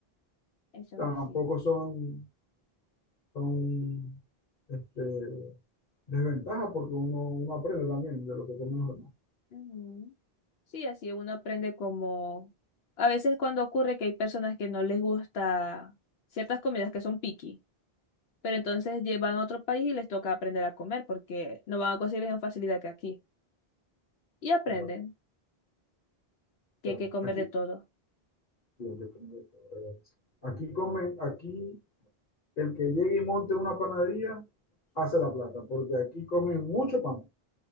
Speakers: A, on the left; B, on the left.
A: Eso
B: Tampoco
A: es así.
B: son, son este, desventajas porque uno, uno aprende también de lo que comen los demás.
A: Ujú. Sí, así uno aprende como... A veces cuando ocurre que hay personas que no les gusta ciertas comidas que son picky, pero entonces llevan a otro país y les toca aprender a comer porque no van a conseguir la misma facilidad que aquí. Y aprenden
B: Claro,
A: que
B: claro.
A: hay que comer
B: Aquí,
A: de todo.
B: sí, aquí comen de todo eso. aquí comen, aquí el que llegue y monte una panadería hace la plata, porque aquí comen mucho pan,